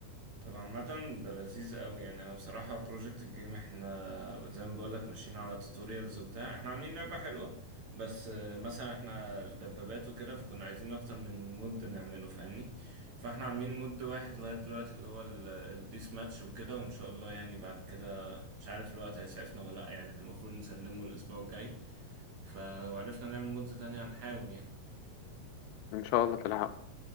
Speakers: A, on the right; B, on the left.
A: طب عامة ده لذيذ قوي يعني انا بصراحة بروجكت الجيم احنا زي ما بقولك ماشيين على توتوريالز وبتاع احنا عاملين لعبة حلوة بس آه، مثلا احنا دبابات وكده فكنا عايزين اكتر من مود نعمله فاهمني فاحنا عاملين مود واحد لغاية دلوقتي اللي هو ال- الديس ماتش وكده وان شاء الله يعني بعد كده مش عارف الوقت هيسعفنا ولا لا يعني احنا المفروض نسلمه الاسبوع الجاي فلو عرفنا نعمل مودز تانية هنحاول يعني
B: ان شاء الله تلحق